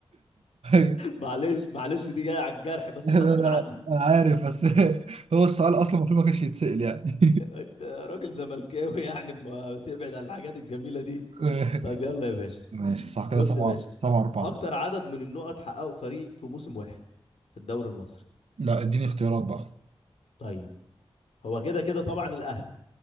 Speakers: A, on the right; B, on the left.
A: أيوه
B: معلش معلش دي جايه على الجرح بس
A: أنا
B: غصب
A: أنا
B: عني
A: عارف بس <laughs> هو السؤال أصلا المفروض ما كانش يتسأل يعني
B: انت راجل زملكاوي يعني ما تبعد عن الحاجات الجميله دي
A: <laughs>
B: طيب يلا يا باشا
A: ماشي صح كده
B: بص
A: سبعة
B: يا باشا
A: سبعة أربعة
B: اكتر عدد من النقط حققه فريق في موسم واحد في الدوري المصري
A: لا اديني اختيارات بقى
B: طيب هو كده كده طبعا الاهلي